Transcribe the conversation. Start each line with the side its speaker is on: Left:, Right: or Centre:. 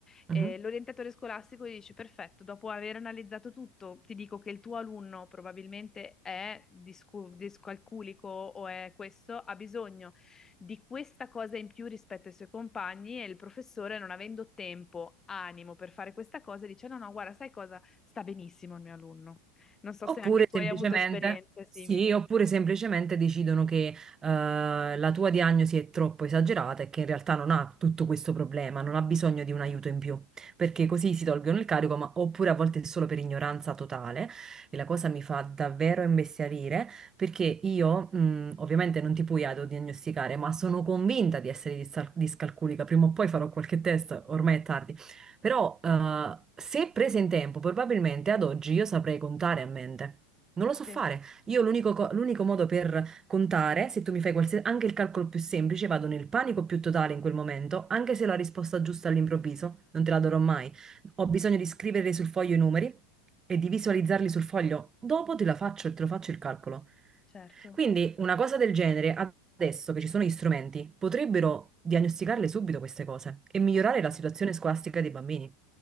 Left: Eh,
Right: mhm.
Left: l'orientatore scolastico gli dice: Perfetto, dopo aver analizzato tutto, ti dico che il tuo alunno probabilmente è discu- discalculico o è questo, ha bisogno di questa cosa in più rispetto ai suoi compagni. E il professore, non avendo tempo, animo per fare questa cosa, dice: No, no, guarda, sai cosa? Sta benissimo il mio alunno. Non so
Right: Oppure
Left: se anche tu
Right: semplicemente,
Left: hai avuto esperienze simili.
Right: sì, oppure semplicemente decidono che eh, la tua diagnosi è troppo esagerata e che in realtà non ha tutto questo problema, non ha bisogno di un aiuto in più, perché così si tolgono il carico, ma oppure a volte è solo per ignoranza totale e la cosa mi fa davvero imbestialire perché io, mh, ovviamente non ti puoi autodiagnosticare, ma sono convinta di essere discal- discalculica, prima o poi farò qualche test, ormai è tardi. Però eh, se prese in tempo, probabilmente ad oggi io saprei contare a mente. Non lo so fare.
Left: Sì,
Right: Io l'unico co- l'unico modo per contare, se tu mi fai qualsiasi, anche il calcolo più semplice, vado nel panico più totale in quel momento, anche se ho la risposta giusta all'improvviso, non te la darò mai. Ho bisogno di scrivere sul foglio i numeri e di visualizzarli sul foglio. Dopo te la faccio, te lo faccio il calcolo.
Left: certo.
Right: Quindi una cosa del genere, adesso che ci sono gli strumenti, potrebbero diagnosticarle subito queste cose e migliorare
Left: Eh sì.
Right: la situazione scolastica dei bambini.